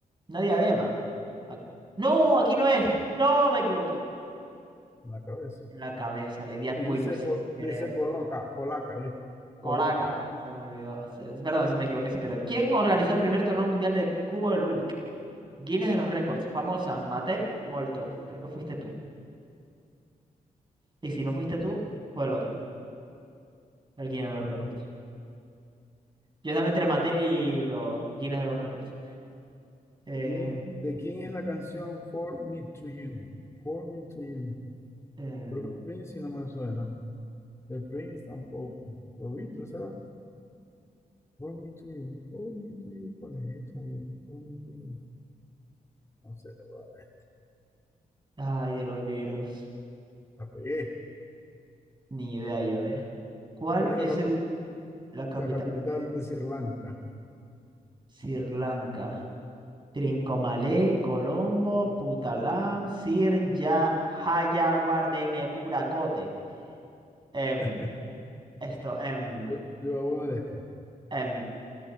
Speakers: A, on the right; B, on the left.
A: Una diadema.
B: Sí,
A: Ac- no, aquí no es. No, me equivoqué.
B: en la cabeza.
A: En la cabeza, le di a cuello
B: Y dice,
A: sin
B: co-
A: querer.
B: dice coloca, colaca, es coloca.
A: Colaca, se me olvidó. Se- perdón, se me equivoqué sin querer. ¿Quién organizó el primer torneo mundial del cubo de Rubik? Guinness de los récords, famosa, Mattel, Molto. Creo que fuiste tú. Y si no fuiste tú, fue el otro, el Guinness de los récords.
B: Eh,
A: Yo estaba entre y los Guinness de los Récords. Eh,
B: ¿quién, de quién es la canción For Me to You? For Me to You.
A: eh,
B: Bruce Springsteen si no me suena. The Prince tampoco. Lo Beatles, ¿verdad? For me to you, for me to you, ¿Cuál es colegio, for me to you. No sé, le voy a dar.
A: ay, de los virus.
B: La pegué.
A: Ni idea yo, ¿eh? ¿Cuál
B: ¿Cuál es
A: es
B: la, capi-
A: el, la capital
B: la capital
A: de
B: de Sri Lanka?
A: Sri Lanka? Trincomalee, Colombo, Putalam, Sir Ya, Jayawardenepura, Kotte. Em,
B: <laughs>
A: esto, em,
B: Yo, yo voy a poner esta.
A: em,